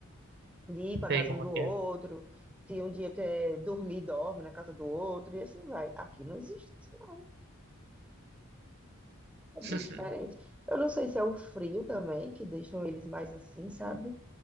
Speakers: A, in the centre; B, on the right.
A: De ir
B: não
A: para
B: sei
A: casa
B: como
A: um do
B: é que
A: outro,
B: é.
A: se um dia quer dormir, dorme na casa do outro, e assim vai. Aqui não existe isso, não. É
B: <laughs>
A: bem diferente. Eu não sei se é o frio também, que deixam eles mais assim, sabe?